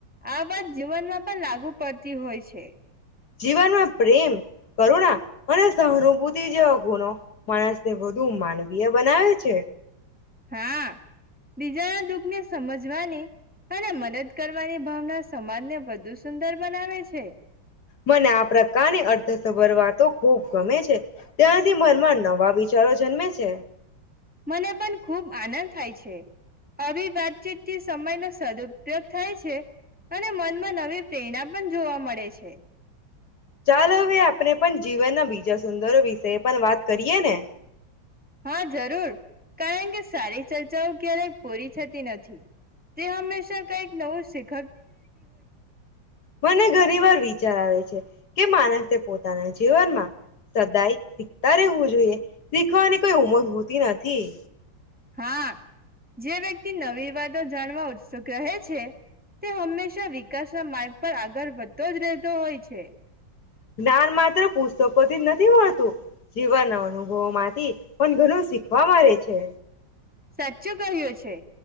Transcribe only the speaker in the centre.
આ વાત જીવનમાં પણ લાગુ પડતી હોય છે.
હા! બીજાના દુઃખ ને સમજવાની, અને મદદ કરવાની ભાવના સમાજને વધુ સુંદર બનાવે છે
મને પણ ખૂબ આનંદ થાય છે અભિ વાતચીતથી સમયનો સદુપયોગ થાય છે અને મનમાં નવી પ્રેરણા પણ જોવા મળે છે.
હા જરૂર કારણ કે સારી ચર્ચાઓ ક્યારેક પૂરી થતી નથી. તે હંમેશા કઈક નવું શીખ
હા જે વ્યક્તિ નવી વાતોો જાણવા ઉત્સુક રહે છે તે હંમેશા વિકાસ માર્ગ પર આગળ વધતો જ રહે. તો હોય છે.
સાચું કહ્યું છે